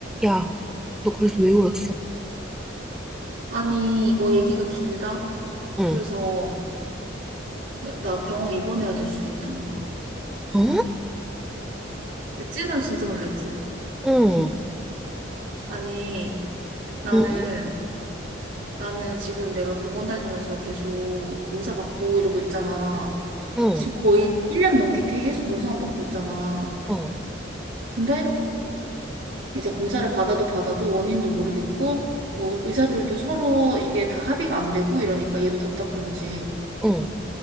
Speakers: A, in the centre; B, on the right (about 85°).
A: 야, 너 그래서 왜 울었어?
B: 아니, 이거 얘기가 길다?
A: 응.
B: 그래서 나 병원 입원해야 될 수도 있다는 거야.
A: 어?
B: 찐으로 진짜 놀랬지.
A: 응.
B: 아니, 나는,
A: 응?
B: 나는 지금 내가 병원 다니면서 계속 검사 받고 이러고 있잖아.
A: 응.
B: 지금 거의 1년 넘게 계속 검사만 받고 있잖아.
A: 어.
B: 근데 이제 검사를 받아도 받아도 원인도 모르겠고, 뭐 의사들도 서로 이게 다 합의가 안 되고 이러니까 얘도 답답한 거지.
A: 응.